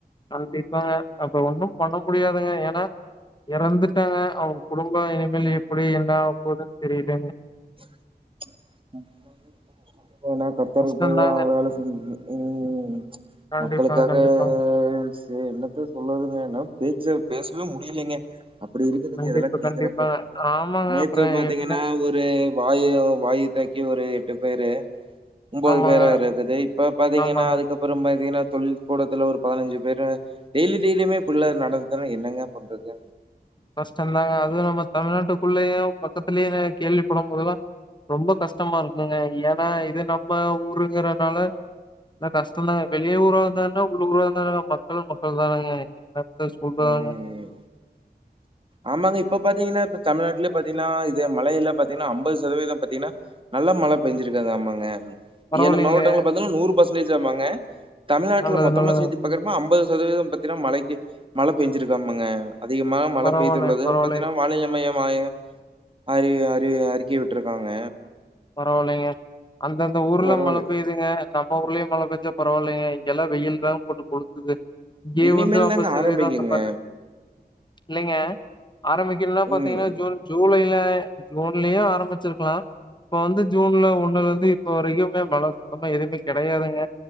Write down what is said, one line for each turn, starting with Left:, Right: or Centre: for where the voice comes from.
Left: கண்டிப்பாங்க அப்ப ஒண்ணும் பண்ண முடியாதுங்க ஏன்னா இறந்துட்டாங்க அவுங்க குடும்ப இனிமேல் எப்படி என்ன ஆவ போதுன்னு தெரியலங்க
Right: <inaudible> னா கர்த்தருக்கு
Left: கஷ்டம்தாங்க.
Right: போய் அவன் வேலை செஞ்சினு உம்
Left: கண்டிப்பாங்க,
Right: மக்களுக்காக
Left: கண்டிப்பாங்க.
Right: சே என்னத்த சொல்லறதுங்கன்னா என்னால பேச்சே பேசவே முடியலைங்க அப்படி இருக்குதுங்க
Left: கண்டிப்பா,
Right: இதெல்லாம் கேக்குறப்ப
Left: கண்டிப்பாங்க. ஆமாங்க.
Right: நேத்து
Left: அப்புறம்
Right: பாத்தீங்கன்னா
Left: என்னங்க
Right: ஒரு வாயு வாயு தாக்கி ஒரு எட்டு பேரு ஒன்பது
Left: ஆமாங்க,
Right: பேரா இருக்குது இப்ப பாத்தீங்கன்னா
Left: ஆமாங்க.
Right: அதுக்கப்புறம் பாத்தீங்கன்னா தொழில் கூடத்துல ஒரு பதினஞ்சு பேரு டெய்லி டெய்லியுமே இப்டிபல்லா நடந்ததுன்னா என்னங்க பண்றது
Left: கஷ்டம் தாங்க அது நம்ம தமிழ்நாட்டுக்குள்ளயே பக்கத்துலயே கேள்வி படும் போதுல்லா ரொம்ப கஷ்டமா இருக்குங்க ஏன்னா இது நம்ம ஊருங்கறனால என்ன கஷ்டம்தாங்க வெளிய ஊரா இருந்தானா உள்ள ஊரா இருந்தானங்க மக்களும் மக்கள் தானாங்க த சொல்றாங்க
Right: ம் ஆமாங்க இப்ப பாத்தீங்கன்னா இப்ப தமிழ்நாட்டுலயே பாத்தீங்கன்னா இது மழையல்லாம் பாத்தீங்கன்னா அம்பது சதவீதம் பாத்தீங்கன்னா நல்ல மழை பெஞ்சிருக்காங்க ஆமாங்க
Left: பரவாயில்லைங்களே
Right: ஏழு மாவட்டங்கள பாத்தாலு நூறு பர்சன்டேஜ் ஆமாங்க தமிழ்நாட்டல
Left: நல்லது
Right: மொத்தமா
Left: நல்லது
Right: சேத்தி பாக்கறப்ப ஐம்பது சதவீதம் பத்தின்னா மழைக்கு மழ பெஞ்சிருக்காமங்க அதிகமான ம
Left: பரவாயில்ல
Right: பைத்துகுள்ளதா
Left: பரவாயில்லைங்க
Right: பாத்தீன்னா வானிலை மையம் அய் அறி அறி அறிக்கை விட்டுருக்காங்க
Left: பரவாயில்லைங்க அந்தந்த ஊர்ல
Right: பரவால்ல
Left: மழ பேயுதுங்க நம்ம ஊர்லயு மழ பேஞ்ச்சா பரவாயில்லைங்க இங்கெல்லா வெயில்தா போட்டு கொழுத்துது இங்கே
Right: இனிமேல்
Left: வந்து அம்பது
Right: தாங்க
Left: சதவீதோ
Right: ஆரம்பிக்குங்க
Left: அந்த மாறி இல்லைங்க ஆரம்பிக்கற்துன்னா பாத்தீங்கன்னா
Right: ம்
Left: ஜூன் ஜூலை ல ஜூன்லயு ஆரம்பிச்சுருக்கலா இப்போ வந்து ஜூன்ல ஒண்ணுல இருந்து இப்போ வரைக்குமே மழ சுத்தமா எதுவுமே கெடையாதுங்க